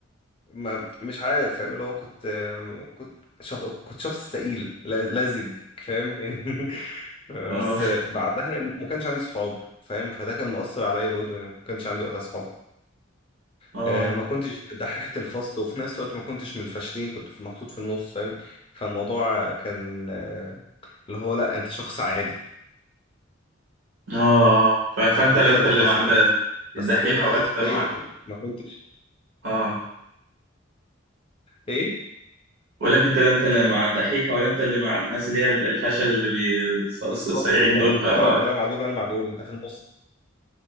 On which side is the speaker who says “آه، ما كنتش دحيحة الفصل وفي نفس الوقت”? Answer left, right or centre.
Left